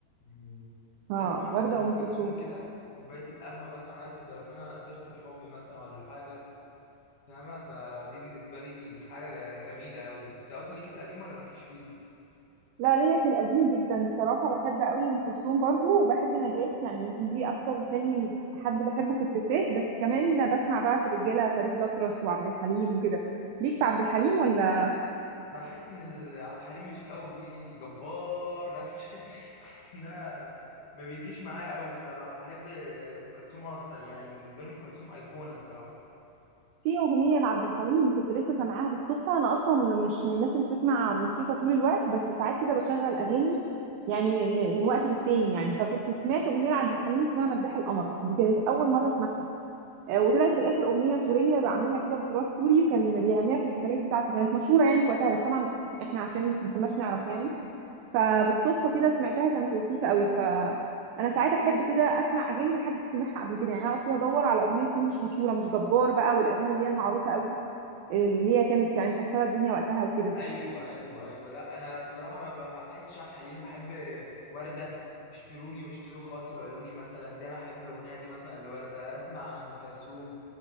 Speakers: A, on the left; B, on the right.
A: يعني
B: اه
A: اسمع
B: ورده
A: مثلا ام
B: وام
A: كلثوم
B: كلثوم
A: كده كوبايه القهوه مثلا قاعد في البلكونه سيره الحب مثلا ولا حاجه فاهمه فدي بالنسبه لي حاجه جميله قوي انت اصلا ليكي في القديم ولا مالكيش فيه
B: لا ليا في القديم جدا الصراحة بحب قوي ام كلثوم برضو وبحب نجاة يعني يمكن دي اكتر تاني حد بحبه في الستات بس كمان بسمع بقى في الرجالة فريد الأطرش وعبد الحليم وكده ليك في عبد الحليم ولا
A: بحس ان ال- عبد الحليم مش قوي فيه جبار لا مش <laughs> بحس ان انا ما بيجيش معايا قوي الصراحه بحب ام كلثوم اكتر يعني بالنسبه لي ام كلثوم ايقونه الصراحه
B: في أغنية لعبد الحليم كنت لسه سامعاها بالصدفة أنا أصلا مش من الناس اللي بتسمع موسيقى طول الوقت بس ساعات كده بشغل أغاني يعني م- م- من وقت للتاني يعني فكنت سمعت أغنية لعبد الحليم اسمها مداح القمر دي كانت أول مرة أسمعها آه، وطلعت في الاخر اغنيه سوريه بعملها كده بتراث سوري وكان بيغنيها في الحفلات بتاعته كانت مشهوره يعني في وقتها بس طبعا احنا عشان ما كناش نعرف يعني فبالصدفه كده سمعتها كانت لطيفه قوي فانا ساعات احب كده اسمع اغاني ما حد سمعها قبل كده يعني اقعد كده ادور على اغنيه تكون مش مشهوره مش جبار بقى والاغاني اللي هي المعروفه قوي اللي هي كانت يعني مكسره الدنيا وقتها وكده
A: ايوه ايوه ايوه لا انا الصراحه ما بح- بحسش عبد الحليم بحب ورده اشتروني واشتروا خاطر عيوني مثلا دي انا احب الاغنيه دي مثلا لورده اسمع ام كلثوم